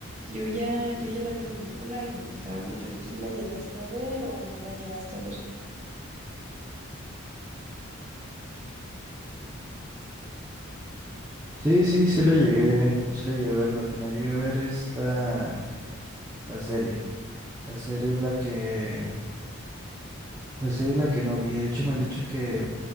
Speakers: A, on the right; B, on the right.
A: yo ya, yo ya la vi la película y me gustaba mucho. ¿Tú sí la llegaste a ver o no la llegaste a ver?
B: Sí, sí, sí la llegué, sí la llegué a ver, lo que no llegué a ver es la, la serie. La serie es la que, la serie es la que no vi. De hecho, me han dicho que